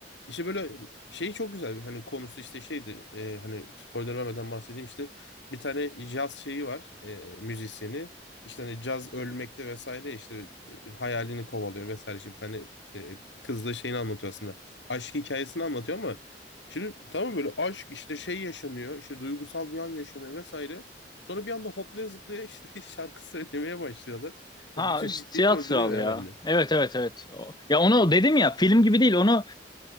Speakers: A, on the left; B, on the left.
A: İşte böyle şey çok güzel. Hani konusu işte şeydi. e, hani spoiler vermeden bahsedeyim işte. Bir tane caz şeyi var. e, müzisyeni. İşte hani caz ölmekte vesaire işte e, hayalini kovalıyor vesaire. İşte bir tane e, kızla şeyini anlatıyor aslında. Aşk hikayesini anlatıyor ama şimdi tamam böyle aşk işte şey yaşanıyor. işte duygusal bir an yaşanıyor vesaire. Sonra bir anda hoplaya zıplaya işte <laughs> şarkı söylemeye başlıyorlar.
B: Ha
A: O bütün
B: işte
A: ciddiyeti
B: tiyatral
A: öldürüyor
B: ya.
A: ya bende.
B: Evet evet evet. O- Ya onu dedim ya film gibi değil. Onu